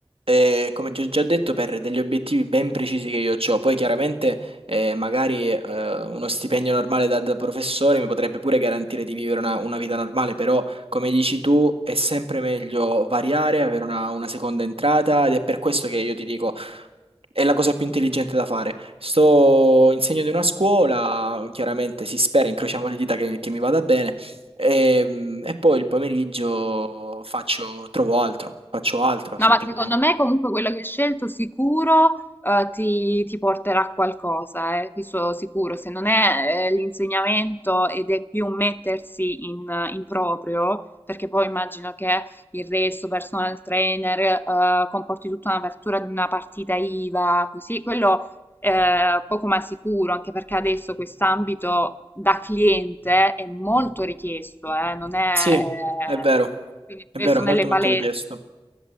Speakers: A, on the right; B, on the left.
A: eh, come ti ho già detto, per degli obiettivi ben precisi che io ho, poi chiaramente e magari eh, uno stipendio normale da, da professore mi potrebbe pure garantire di vivere una, una vita normale, però come dici tu è sempre meglio variare, avere una, una seconda entrata ed è per questo che io ti dico è la cosa più intelligente da fare. Sto in segno di una scuola, chiaramente si spera, incrociamo le dita che, che mi vada bene e, mm, e poi il pomeriggio faccio, trovo altro, faccio altro semplicemente.
B: No, ma secondo me comunque quello che hai scelto sicuro eh, ti, ti porterà a qualcosa, eh, questo sicuro. Se non è eh, l'insegnamento ed è più mettersi in, in proprio, perché poi immagino che il resto, personal trainer, eh, comporti tutta un'apertura di una partita IVA, così, quello eh, poco ma sicuro, anche perché adesso quest'ambito da cliente è molto richiesto, eh, non è...
A: Sì, è vero,
B: eh, quindi
A: è
B: spesso
A: vero, è
B: nelle
A: molto molto
B: palestre.
A: richiesto.